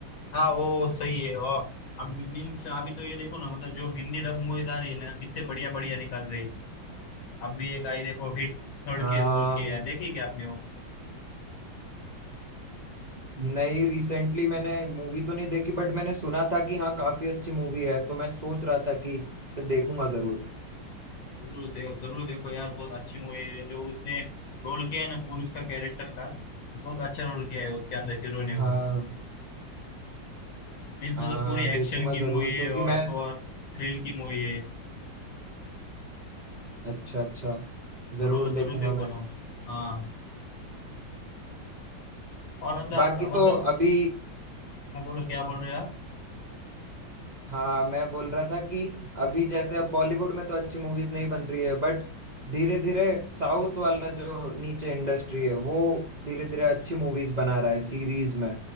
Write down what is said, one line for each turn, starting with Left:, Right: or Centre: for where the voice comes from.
Left: हाँ वो सही है और अब मीन्स अभी तो ये देखो ना मतलब जो हिंदी डब मूवीज आ रही है ना कितने बढ़िया बढ़िया निकाल रही है अभी एक आई देखो हिट थर्ड
Right: हाँ
Left: केस बोल के यार देखी क्या आपने वो
Right: नहीं रिसेंटली मैंने मूवी तो नहीं देखी बट मैंने सुना था कि हाँ काफी अच्छी मूवी है तो मैं सोच रहा था कि इसे देखूंगा जरूर
Left: जरूर देखो जरूर देखो यार बहुत अच्छी मूवी है जो उसने रोल किया है ना पुलिस का कैरेक्टर का बहुत अच्छा रोल किया है उसके अंदर हीरो ने
Right: हाँ
Left: वो मीन्स
Right: हाँ
Left: मतलब पूरी
Right: हाँ देखूंगा
Left: एक्शन की
Right: जरूर
Left: मूवी है
Right: क्योंकि
Left: और
Right: मैं
Left: तो और थ्रिल की मूवी है
Right: अच्छा अच्छा
Left: जरूर
Right: जरूर
Left: जरूर
Right: देखूंगा
Left: देखो
Right: मैं
Left: ना हाँ और मतलब आज
Right: बाकी
Left: मतलब
Right: तो अभी
Left: मैं बोलो क्या बोल रहे हो आप
Right: हाँ मैं बोल रहा था कि अभी जैसे अब बॉलीवुड में तो अच्छी मूवीज नहीं बन रही है बट धीरे धीरे साउथ वाला जो नीचे इंडस्ट्री है वो धीरे धीरे अच्छी मूवीज बना रहा है सीरीज में